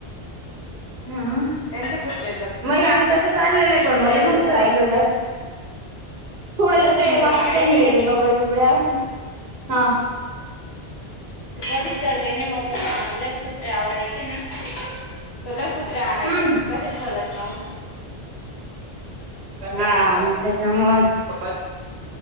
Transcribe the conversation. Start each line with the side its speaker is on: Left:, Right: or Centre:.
Right: हम्
Left: त्यांचे कुत्रे जगतील
Right: मग आम्ही तस आणलेलंय, पण
Left: त्यांनी
Right: लय मस्त
Left: घर
Right: राहयलं <unintelligible> का थोडेच
Left: घरून पाळले
Right: बाकीनी
Left: ना
Right: वेगळे
Left: त्यांनी
Right: कपडे बिपडे असतील हा
Left: कधीच जगले नाही मग कुत्र म्हटले कुत्रे आवडायचे ना तर लय कुत्रे आणायचा
Right: हम्म.
Left: पण कधीच जगत नव्हते
Right: हा मग त्याच्यामुळचं